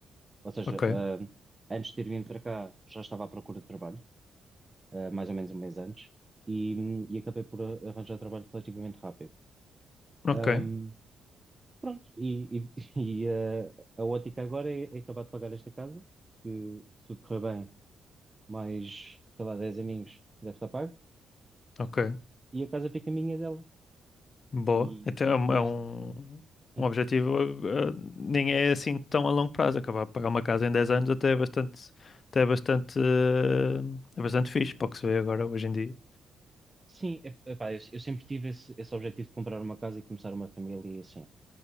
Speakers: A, on the right; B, on the left.
A: Ou seja,
B: Ok,
A: um, antes de ter vindo para cá já estava à procura de trabalho, uh, mais ou menos um mês antes, e, e acabei por a- arranjar trabalho relativamente rápido.
B: ok,
A: Um, pronto, e, e- <laughs> e, uh, a ótica agora é, é acabar de pagar esta casa, que se tudo correr bem mais, sei lá, 10 aninhos, deve estar pago,
B: ok.
A: e a casa fica minha e dela.
B: Boa.
A: E,
B: Até é um,
A: e
B: é
A: este,
B: um
A: sim.
B: um objetivo, eh, eh, nem é assim tão a longo prazo. Acabar de pagar uma casa em 10 anos até é bastante, até é bastante, eh, é bastante fixe para o que se vê agora, hoje em dia.
A: Sim, é- epá, eu, eu sempre tive esse, esse objetivo de comprar uma casa e começar uma família e assim.